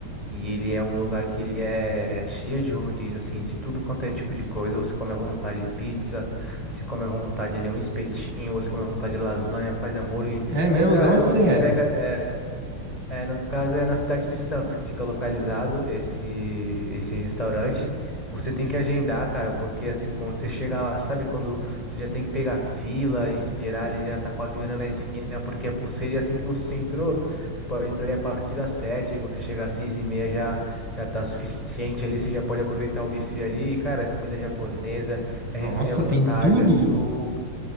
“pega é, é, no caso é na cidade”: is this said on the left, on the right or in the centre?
Left